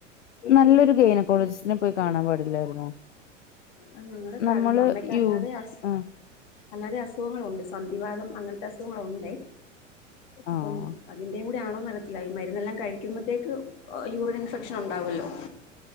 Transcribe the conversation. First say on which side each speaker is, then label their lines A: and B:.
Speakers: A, on the left (about 65°); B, on the left (about 45°).
A: നല്ലൊരു ഗൈനക്കോളജിസ്റ്റിനെ പോയി കാണാൻ പാടില്ലായിരുന്നോ
B: അ ഞങ്ങെൾ കണ്ടു
A: നമ്മള്
B: അമ്മയ്ക്ക് അല്ലാതെ
A: യു
B: അസ്
A: ആഹ്
B: അല്ലാതെ അസുഖങ്ങളുണ്ട് സന്ധിവാദം അങ്ങനത്തെ അസുഖങ്ങളുണ്ടെ അപ്പം
A: ആഹ്
B: അതിന്റെ കൂടി ആണോ അറിയത്തില്ല മരുന്നെല്ലാം കഴിക്കുമ്പോഴത്തേക്ക് യൂറിൻ ഇൻഫെക്ഷൻ ഉണ്ടാവുമല്ലോ